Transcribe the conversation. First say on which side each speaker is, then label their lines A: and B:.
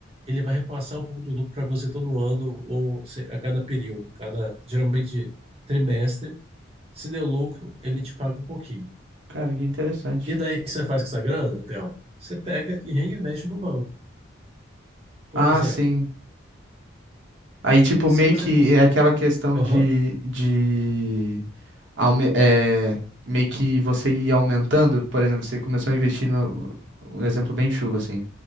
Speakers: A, on the right; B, on the right.
A: ele vai repassar um pouco do lucro para você todo ano ou se- a cada período, cada geralmente trimestre. Se deu lucro, ele te paga um pouquinho.
B: Cara, que interessante.
A: E daí o que você faz com essa grana, Theo? Você pega e reinveste no banco. Por
B: Ah,
A: exemplo,
B: sim. Aí, tipo,
A: se
B: meio
A: você
B: que
A: conseguir
B: é aquela
A: um.
B: questão
A: Aham,
B: de, de aume- é, meio que você ir aumentando, por exemplo, você começou a investir no, um exemplo bem chulo, assim,